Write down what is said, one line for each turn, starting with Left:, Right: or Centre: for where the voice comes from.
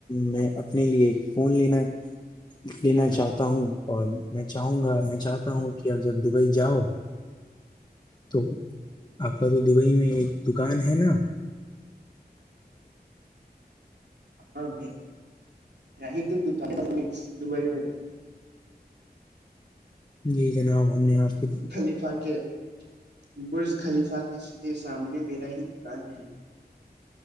Left: میں اپنے لیے ایک فون لینا لینا چاہتا ہوں اور میں چاہوں گا میں چاہتا ہوں کہ آب جب دبئی جاؤ
Right: <inaudible>
Left: تو آپ کا تو دبئی میں ایک دکان ہے نا
Right: ہاں رہ ت دان دبئی میں
Left: جی جناب ہم نے آپ کے
Right: <inaudible> برج خلیفہ کے سیدھے سامنے میرا ہی دکان ہے